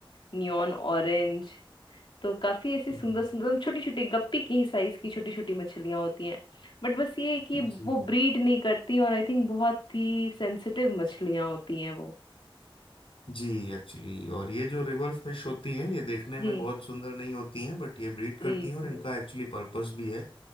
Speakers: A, on the left; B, on the left.
A: neon orange तो काफी ऐसी
B: हम्म,
A: सुंदर सुंदर छोटी छोटी गप्पी की साइज की छोटी छोटी मछलियां होती हैं बट बस ये है कि
B: जी
A: वो ब्रीड नहीं करती और आई थिंक बहुत ही सेंसिटिव मछलियां होती हैं वो
B: जी एक्चुअली और ये जो रिवर फिश होती हैं ये देखने
A: जी
B: में बहुत सुंदर नहीं होती हैं बट ये ब्रीड
A: जी
B: करती हैं
A: जी
B: और इनका एक्चुअली पर्पस भी है